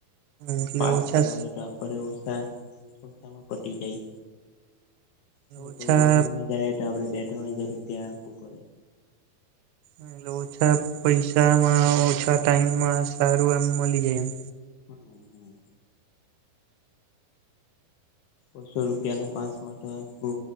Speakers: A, on the right; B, on the left.
A: એટલે
B: પાસ
A: ઓછા
B: કરાવે તો. પડે ઓછા સસ્તામાં પતી જાય એટલે
A: ઓછા
B: કોઈ વાહનમાં જાય. તો આપણે બે ત્રણ હજાર રૂપિયા આપવું પડે.
A: એટલે ઓછા પૈસામાં ઓછા ટાઈમમાં સારું એમ મળી જાય.
B: હમ્મ હમ્મ. બસો રૂપિયા ના પાસમાંતો આખો